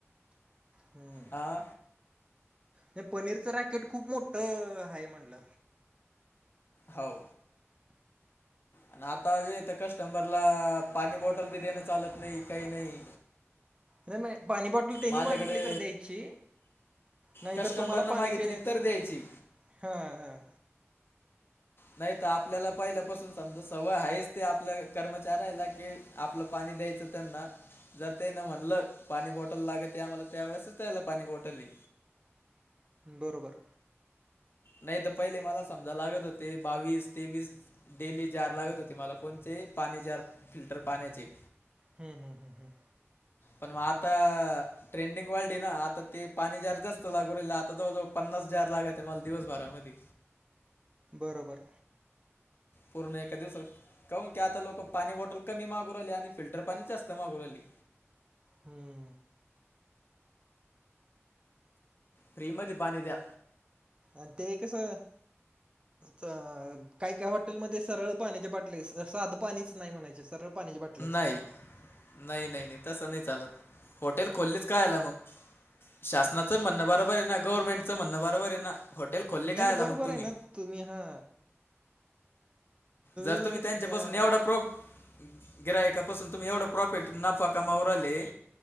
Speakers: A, on the right (about 20°); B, on the left (about 50°).
A: हम्म.
B: हा
A: नाही पनीरचं रॅकेट खूप मोठ हाय म्हंटला.
B: हौ. आणि आता जेथ कस्टमरला, पाणी बॉटल बी देणं चालत नाही काही नाही.
A: नाही मग, पाणी बॉटल तेनी
B: माझ्याकडे
A: मागितली तर द्यायची. नाहीतर
B: कस्टंबरनं
A: तुम्हाला पाणी
B: मागितली
A: पिण्याचं
B: तर द्यायची
A: हा हा.
B: नाही तर आपल्याला पहिल्यापासून समजा सवय आहेच ते आपल्या कर्मचाऱ्याला की आपलं पाणी द्यायचं त्यांना जर तेन म्हणलं पाणी बॉटल लागते, आम्हाला त्या वेळेसच त्याला पाणी बॉटल ये.
A: बरोबर.
B: नाही तर पहिले मला समजा लागत होते बावीस तेवीस डेली जार लागत होते मला कोणते पाणी जार फिल्टर पाण्याचे.
A: हम् हम हम् हम.
B: पन मग आता ट्रेंडिंग वाढली ना आता ते पाणी जार जास्त लागू राहिले, आता जवळजवळ पन्नास जार लागत मला दिवसभरामध्ये.
A: बर बर.
B: पूर्ण एका दिवस कौन की आता लोक पाणी बॉटल कमी मागू राहीले, आणि फिल्टर पाणी जास्त मागू राहीले.
A: हम्म.
B: फ्री मध्ये पाणी द्या.
A: अन ते कसं काय काय हॉटेलमध्ये सरळ, पाण्याच्या बाटले साध पाणीच नाही म्हणायचे सरळ. पाण्याच्या बाटल्याच
B: नाई नाही नाही नाही तसं नाही चालत होटेल खोललेच कायला मग? शासनाचं म्हणणं बरोबरे ना गव्हर्नमेंटचं म्हणं बरोबरे ना हॉटेल खोलले
A: नाही
B: कायला
A: नाही बरोबर
B: मग तुम्ही.
A: आहे ना तुम्ही हा
B: जर
A: म्हणजे
B: तुम्ही त्यांच्यापासून
A: अं,
B: एवढा प्रो गिराहीकापासून तुम्ही एवढं प्रॉफिट नफा कमाऊ राहीले.